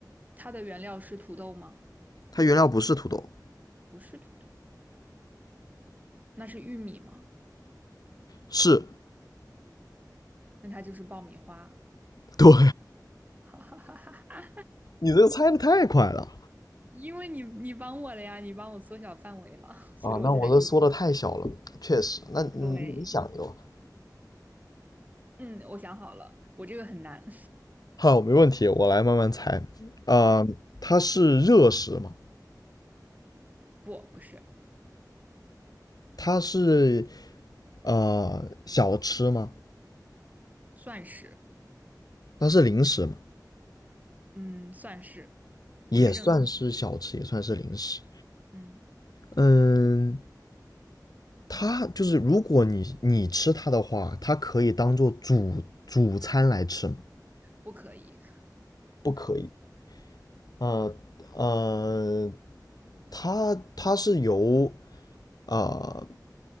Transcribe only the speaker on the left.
它原料不是土豆，
是，
对，
你这个猜的太快了
啊！那我这缩的太小了，确实。那你你想一个
好，没问题，我来慢慢猜。呃，
它是热食吗？
它是呃小吃吗？
它是零食吗？
也算是小吃，
也算是零食。
嗯，它就是如果你你吃它的话，它可以当做主主餐来吃吗？
不可以。呃呃，它它是由呃